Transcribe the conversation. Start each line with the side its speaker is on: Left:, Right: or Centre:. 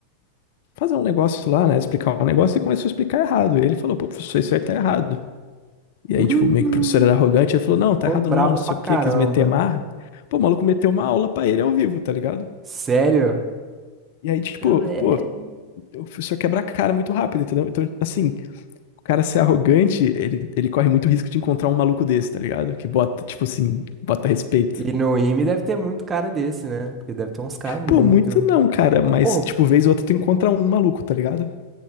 Left: Fazer um negócio lá, né? Explicar um negócio e começou a explicar errado. E ele falou, pô, professor, isso aí tá errado. E
Right: Hum,
Left: aí, tipo, meio que o professor era arrogante, ele falou, não, tá
Right: ficou
Left: errado
Right: bravo
Left: não, não sei
Right: pra caramba.
Left: o quê, quis meter marra. Pô, o maluco meteu uma aula pra ele ao vivo, tá ligado?
Right: Sério?
Left: E aí, tipo,
Right: Fica velho.
Left: pô, o professor quebra a cara muito rápido, entendeu? Então, assim, o cara ser arrogante, ele, ele corre muito risco de encontrar um maluco desse, tá ligado? Que bota, tipo assim, bota respeito.
Right: E no IME deve ter muito cara desse, né? Porque deve ter uns caras muito.
Left: Pô, muito não, cara, mas,
Right: Ô,
Left: tipo, vez ou outra tu encontra um maluco, tá ligado?